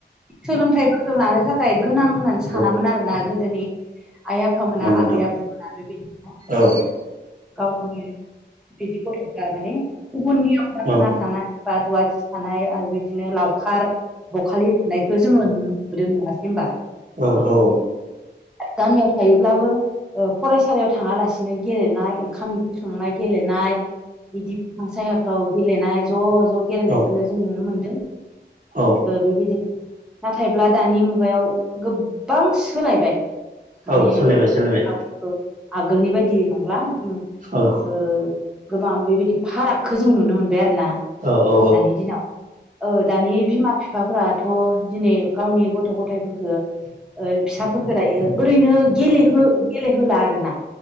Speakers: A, in the centre; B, on the right (about 45°).
A: सोलोंथाइफोरखौ लानो थाखाय गोनां होननानै सानामोन
B: औ
A: आरोना गोदोनि आइ आफामोना
B: नंगौ नोंथां
A: आबै आबौमोना बेबायदिनो
B: औ
A: गाव गावनि बिदि गथ'फ्रा माने गुबुननियाव दाहोना
B: औ
A: थानाय बा रु थानाय आरो बिदिनो लावखार बखालि थानायखौ जोङो नुनोबोदों नङा होनबा
B: औ औ
A: गामियाव थायोब्लाबो फरायसालियाव थाङालासिनो गेलेनाय ओंखाम ओंख्रि स संनाय गेलेनाय बिदि बिफां सायाफ्राव गेलेनाय ज' ज' गेलेनायखौ
B: औ
A: जों नुनो मोनदों
B: औ
A: बेबायदिनो नाथायब्ला दानि मुगायाव गोबां सोलायबाय माने
B: औ सोलायबाय सोलायबाय
A: आव आगोलनि बायदि नंला
B: औ
A: ओ गोबां बेबायदि फारागखौ जों नुनो मोनदों मोनबाय आरोना
B: औ औ
A: दानि दिनाव औ दानि बिमा बिफाफाथ दिनै गावनि गथ'गथायफोरफोरखौ ओ फिसाफोरफोरखौ दायो ओरैनो गेलेहो गेलेहोला आरोना